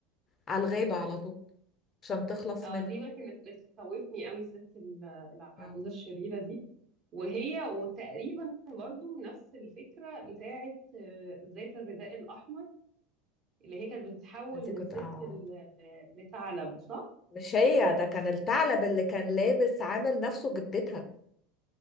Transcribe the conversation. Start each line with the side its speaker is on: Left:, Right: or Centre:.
Left: على الغابه على طول عشان تخلص
Right: اه
Left: منها
Right: دي بقى كانت بتخوفني قوي الست ال- العجوزة
Left: اه
Right: الشريرة دي وهي وتقريبا برضو نفس الفكرة بتاعة آه، ذات الرداء الأحمر اللي هي كانت بتتحول
Left: انت
Right: من
Left: كنت
Right: ست
Left: اه
Right: ل- لثعلب صح؟
Left: مش هي ده كان الثعلب اللي كان لابس عامل نفسه جدتها